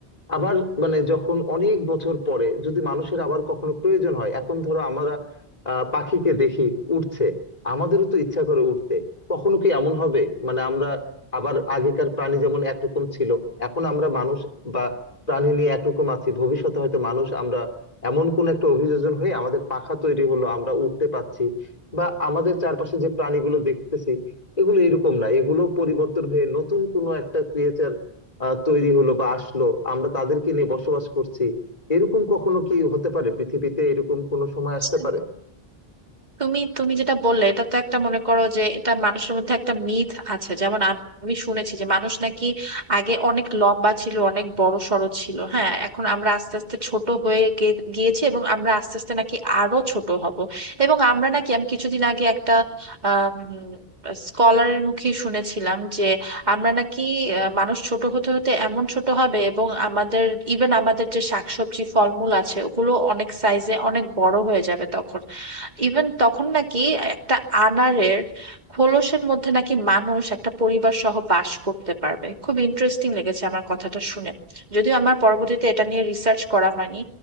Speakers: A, on the left; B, on the right.
A: আবার মানে যখন অনেক বছর পরে যদি মানুষের আবার কখনো প্রয়োজন হয় এখন ধরো আমরা আহ পাখিকে দেখি উড়ছে আমাদেরও তো ইচ্ছা করে উঠতে কখনো কি এমন হবে মানে আমরা আবার আগেকার প্রাণী যেমন একরকম ছিল এখন আমরা মানুষ বা প্রাণী নিয়ে একরকম আছি ভবিষ্যতে হয়তো মানুষ আমরা এমন কোন একটা অভিযোজন হয়ে আমাদের পাখা তৈরি হলো আমরা উঠতে পারছি বা আমাদের চারপাশে যে প্রাণীগুলো দেখতেছি এগুলো এরকম না এগুলো পরিবর্তন হয়ে নতুন কোনো একটা ক্রিয়েচার তৈরি হলো বা আসলো আমরা তাদেরকে নিয়ে বসবাস করছি এরকম কখনো কি হতে পারে পৃথিবীতে এরকম কোনো সময় আসতে
B: না
A: পারে
B: তুমি তুমি যেটা বললে এটা তো একটা মনে করো যে এটা মানুষের মধ্যে একটা মিথ আছে যেমন আমি শুনেছি যে মানুষ নাকি আগে অনেক লম্বা ছিল অনেক বড় সড়ো ছিল হ্যাঁ এখন আমরা আস্তে আস্তে ছোট হয়ে গে- গিয়েছি এবং আমরা আস্তে আস্তে নাকি আরো ছোট হব এবং আমরা নাকি আমি কিছুদিন আগে একটা আহ স্কলারের মুখে শুনেছিলাম যে আমরা নাকি আহ, মানুষ ছোট হতে হতে এমন ছোট হবে এবং আমাদের ইভেন আমাদের যে শাকসবজি ফলমূল আছে ওগুলো অনেক সাইজে অনেক বড় হয়ে যাবে তখন ইভেন তখন নাকি একটা আনারের খোলসের মধ্যে নাকি মানুষ একটা পরিবার সহ বাস করতে পারবে খুব ইন্টারেস্টিং লেগেছে আমার কথাটা শুনে যদিও আমার পরবর্তীতে এটা নিয়ে রিসার্চ করা হয়নি